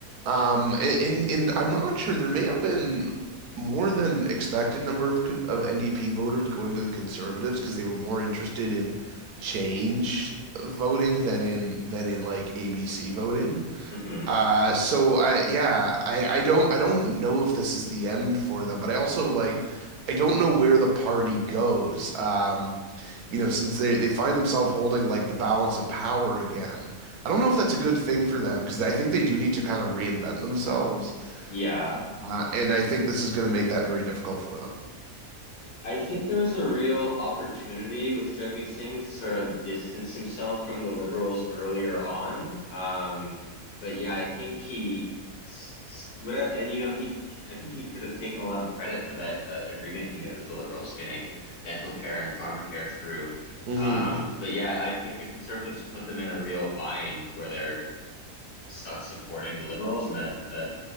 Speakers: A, on the right; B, on the left.
A: Um, and and I'm not sure there may have been more than expected number of of NDP voters going to the conservatives because they were more interested in change voting than in than in like ABC voting.
B: hmm
A: Uh, so I yeah, I I don't I don't know if this is the end for them, but I also like I don't know where the party goes. Um, you know, since they they find themselves holding like the balance of power again. I don't know if that's a good thing for them because I think they do need to kind of reinvent themselves.
B: yeah.
A: Uh, and I think this is going to make that very difficult for them.
B: I think there was a real opportunity with Jagmeet Singh to sort of distance himself from the liberals earlier on. Um, but yeah, I think he s- s- what and you know he I think he could have taken a lot of credit for that uh, agreement he made with the liberals, getting dental care and pharmacare through.
A: hmm
B: Um, but yeah, I think the conservatives put them in a real bind where they're stuck supporting the liberals, and that that